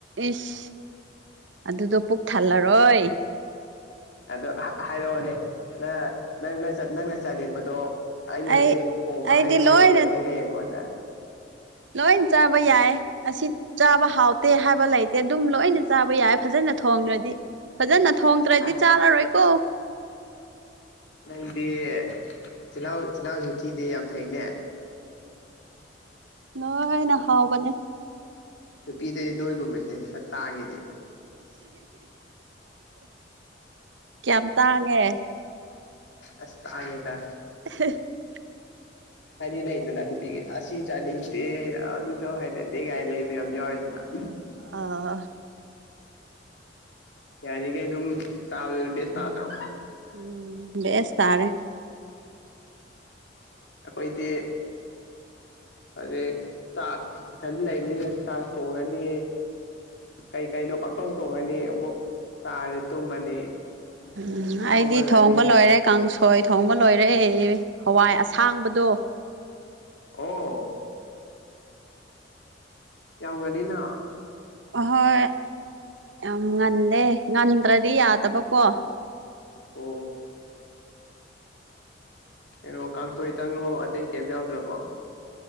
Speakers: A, on the right (about 75°); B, on the left (about 70°).
A: ꯏꯁ ꯑꯗꯨꯗꯣ ꯄꯨꯛ ꯊꯜꯂꯔꯣꯏ
B: ꯑꯗꯣ ꯍꯥꯏꯔꯛꯑꯣꯅꯦ ꯅ ꯅꯪ ꯅꯪꯅ ꯆꯥꯅꯤꯡꯕꯗꯣ ꯑꯩꯅ
A: ꯑꯩ
B: ꯍꯧꯖꯤꯛ ꯍꯣꯡꯕ
A: ꯑꯩꯗꯤ
B: ꯍ ꯍꯍꯧꯔꯗꯤ
A: ꯂꯣꯏꯅ
B: ꯍꯌꯦꯡꯀꯣꯅ
A: ꯂꯣꯏ ꯆꯥꯕ ꯌꯥꯏ ꯑꯁꯤ ꯆꯥꯕ ꯍꯥꯎꯇꯦ ꯍꯥꯏꯕ ꯂꯩꯇꯦ ꯑꯗꯨꯝ ꯂꯣꯏꯅ ꯆꯥꯕ ꯌꯥꯏ ꯐꯖꯅ ꯊꯣꯡꯗ꯭ꯔꯗꯤ ꯐꯖꯅ ꯊꯣꯡꯗ꯭ꯔꯗꯤ
B: ꯑꯁ
A: ꯆꯥꯔꯔꯣꯏꯀꯣ
B: ꯂꯩꯗꯤ ꯆꯤꯜꯍꯥꯎ ꯆꯤꯜꯍꯥꯎꯁꯨ ꯊꯤꯗꯦ ꯌꯥꯝ ꯐꯩꯅꯦ
A: ꯂꯣꯏ ꯅꯈꯥꯎ ꯃꯅꯤ
B: ꯄꯤ ꯂꯣꯏ ꯀꯨꯝꯄꯦ ꯁ ꯇꯥꯉꯦꯦ
A: ꯀꯌꯥꯝ ꯇꯥꯡꯉꯦ
B: ꯑꯁꯉꯗ
A: <inaudible>
B: ꯍꯅꯤꯅꯥꯏꯗ ꯅ ꯄꯤ ꯑꯁꯤꯁꯤ ꯆꯅꯤ ꯑꯗꯨꯇꯧ ꯍꯥꯏꯅꯗꯦꯒꯥꯏ ꯂꯩꯕ ꯌꯥꯝ ꯌꯥꯎꯋꯦꯗꯅ
A: ꯑꯥ
B: ꯌꯥꯔꯤꯈꯩ ꯑꯗꯨꯝ ꯇꯥꯗꯨꯁ ꯇꯥꯠꯇ꯭ꯔꯣ
A: ꯎꯝ ꯦꯁ ꯇꯥꯔꯦ
B: ꯑꯈꯣꯏꯗꯤ ꯑꯗꯩ ꯆꯥꯛ ꯏꯊꯟ ꯂꯩꯅꯤꯅ ꯆꯥꯛ ꯊꯣꯡꯉꯅꯤ ꯀꯩ ꯀꯩꯅꯣ ꯄꯥꯛꯊꯣꯛ ꯊꯣꯛꯑꯅꯤ ꯑꯃꯨꯛ ꯆꯥꯔꯦ ꯇꯨꯝꯃꯅꯤ
A: ꯎꯝ ꯑꯩꯗꯤ
B: ꯍꯧꯒꯠꯂꯅꯤ
A: ꯊꯣꯡꯕ ꯂꯣꯏꯔꯦ ꯀꯥꯡꯁꯨ ꯊꯣꯏ ꯊꯣꯡꯕ ꯂꯣꯏꯔꯦ ꯍꯋꯥꯏ ꯑꯁꯥꯡꯕꯗꯣ
B: ꯑꯣ ꯌꯥꯎ ꯉꯅ
A: ꯍꯣꯏ ꯌꯥꯝ ꯉꯜꯂꯦ ꯉꯟꯗ꯭ꯔꯗꯤ ꯌꯥꯗꯕꯀꯣ
B: ꯑꯣ ꯀꯩꯅꯣ ꯀꯥꯡꯁꯣꯏ ꯇꯪꯅꯣ ꯑꯇꯩ ꯀꯩꯝ ꯌꯥꯎꯗ꯭ꯔꯕꯣ